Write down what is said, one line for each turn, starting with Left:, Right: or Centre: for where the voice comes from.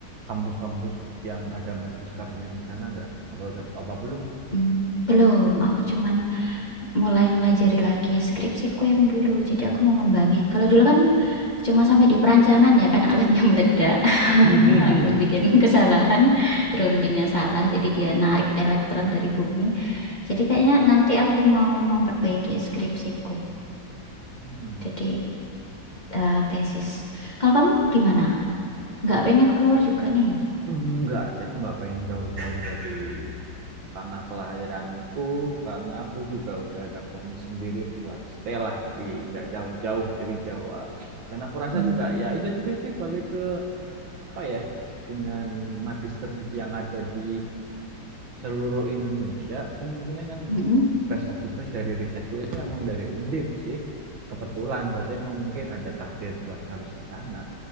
Right: kampus-kampus yang ada magisternya di sana nggak? Apa udah, apa belum?
Left: Hmm, belum aku cuman mulai melajari lagi skripsiku yang dulu. Jadi aku mau ngembangin. Kalau dulu kan cuma sampai di perancangan ya kan alatnya <laughs> meledak. <laughs>
Right: Hmm, hmm, hmm.
Left: Aku bikin kesalahan, groundingnya salah. Jadi dia narik elektron dari bumi. Jadi kayaknya nanti aku mau memperbaiki skripsiku.
Right: Hmm.
Left: Jadi eh, tesis. Kalau kamu gimana? Nggak pengen keluar juga nih?
Right: Enggak sih, aku nggak pengen jauh-jauh dari tanah kelahiranku karena aku juga udah ada komis sendiri buat stay lah di nggak jauh-jauh dari Jawa dan aku rasa
Left: Hmm.
Right: juga ya itu juga sih balik ke apa ya dengan magister yang ada di seluruh Indonesia kemungkinan yang
Left: Mm-mm.
Right: best of the best dari risetku itu emang dari Undip sih kebetulan berarti emang mungkin ada takdir buat harus ke sana